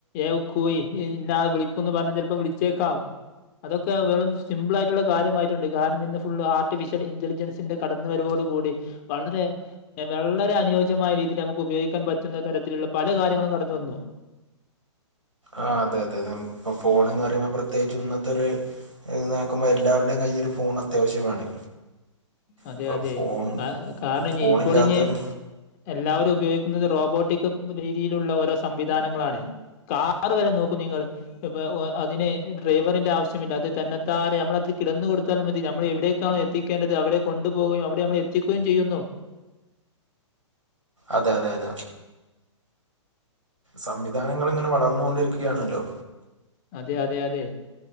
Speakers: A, on the left; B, on the right.
A: ഏ കൂയി ഇഞ്ഞ ആള് വളിക്കൂന്ന് പറഞ്ഞാൽ ചെലപ്പോ വിളി ചേക്കാം അതൊക്കെ വെറും സിമ്പിൾ ആയിട്ടുള്ള കാര്യമായിട്ടുണ്ട് കാരണം ഇന്ന് ഫുൾള് ആർട്ടിഫിഷ്യൽ ഇന്റലിജൽസ് ഇതിന്റെ കടന്ന് വരവോട് കൂടി വളരെ വള്ളരെ അനുയോജ്യ രീതിയിൽ നമുക്ക് ഉപയോഗിക്കാൻ പറ്റുന്ന തരത്തിലുള്ള പല കാര്യങ്ങളും കടന്ന വന്നു
B: ആഹ് അതെ അതെ ഇപ്പൊ ഫോണും കാര്യങ്ങളും പ്രത്യേകിച്ച് ഇന്നത്തൊര് ഇന്ന് നോക്കുമ്പോ എല്ലാവരുടെയും കയ്യില് ഫോൺ അത്യാവശ്യമാണ്
A: അതെ
B: അപ്പൊ
A: അതെ
B: ഫോൺ
A: കാരണം ഇനി
B: ഫോണില്ലാത്തൊരു
A: ഇപ്പോളിനി എല്ലാവരും ഉപയോഗിക്കുന്നത് റോബോട്ടിക് രീതിയിലുള്ള ഓരോ സംവിധാനങ്ങളാണ് കാർ വരെ നോക്കൂ നിങ്ങള് പ്പം അതിന് ഡ്രൈവറിന്റെ ആവശ്യ മില്ലാ അത് തന്നെത്താനെ നമ്മളതിൽ കിന്ന് കൊടുത്താൽ മതി നമ്മൾ എവിടേക്കാണോ എത്തി ക്കേണ്ടത് അവടേ കൊണ്ടു പോവുകയും അവിടെ നമ്മളെ എത്തിക്കുകയും ചെയ്യുന്നു
B: അതെ അതെ അതെ സംവിധാനങ്ങൾ ഇങ്ങനെ വളർന്നു കൊണ്ടിരിക്കുകയാണല്ലോ
A: അതെ അതെ അതെ